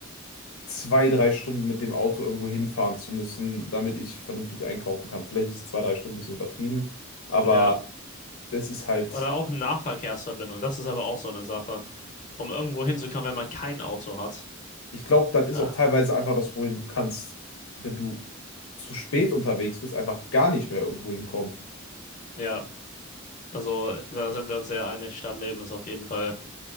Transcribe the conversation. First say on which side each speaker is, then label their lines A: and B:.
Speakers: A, on the left (about 80°); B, on the left (about 35°).
A: zwei, drei Stunden mit dem Auto irgendwo hinfahren zu müssen, damit ich vernünftig einkaufen kann. Vielleicht ist zwei, drei Stunden ein bisschen übertrieben, aber
B: Ja,
A: das ist halt,
B: oder auch eine Nahverkehrsverbindung. Das ist aber auch so eine Sache. Um irgendwo hinzukommen, wenn man kein Auto hat.
A: ich glaube, dann ist
B: Äh,
A: auch teilweise einfach das Problem, du kannst, wenn du zu spät unterwegs bist, einfach gar nicht mehr irgendwo hinkommen.
B: ja, also da sind wir uns sehr einig. Stadtleben ist auf jeden Fall